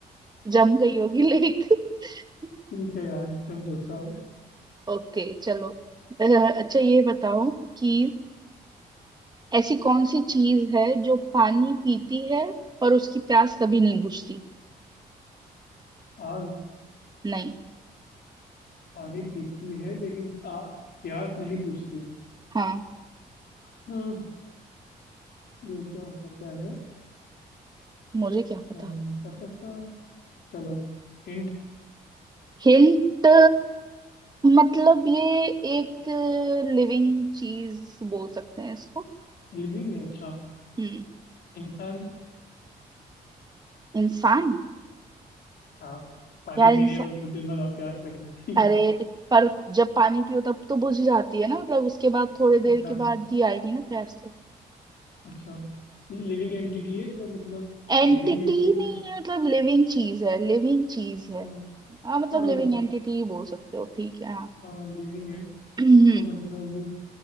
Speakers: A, on the right; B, on the left.
A: जम गई होगी लेक <laughs>
B: ठीक है यार तुम पूछो अब
A: ओके चलो अ, अच्छा ये बताओ कि ऐसी कौन सी चीज है जो पानी पीती है पर उसकी प्यास कभी नहीं बुझती
B: आग
A: नहीं
B: पानी पीती है लेकिन आ प्यास नहीं बुझती
A: हाँ
B: हम्म ये क्या हो सकता है
A: मुझे क्या पता
B: अम, सा, सा, सा। चलो हिंट
A: हिंट मतलब ये एक लिविंग चीज बोल सकते हैं इसको
B: लिविंग है अच्छा
A: हम्म
B: इंसान
A: इंसान
B: हाँ पानी
A: यार
B: पीने
A: इंसान
B: के बाद कुछ देर बाद और प्यास लग जाती है
A: अरे
B: <laughs>
A: पर जब पानी पियो तब तो बुझ जाती है ना मतलब उसके बाद थोड़े देर
B: अच्छा
A: के बाद ही आएगी ना प्यास तो
B: अच्छा लिविंग एंटिटी है तो मतलब
A: एंटिटी
B: लिविंग एंटिटी
A: नहीं
B: में
A: है मतलब लिविंग चीज है लिविंग चीज है
B: हाँ हाँ,
A: हाँ मतलब
B: मतलब
A: लिविंग एंटिटी बोल सकते हो ठीक है हाँ
B: हाँ लिविंग है
A: <clears throat> हम्म
B: तो मतलब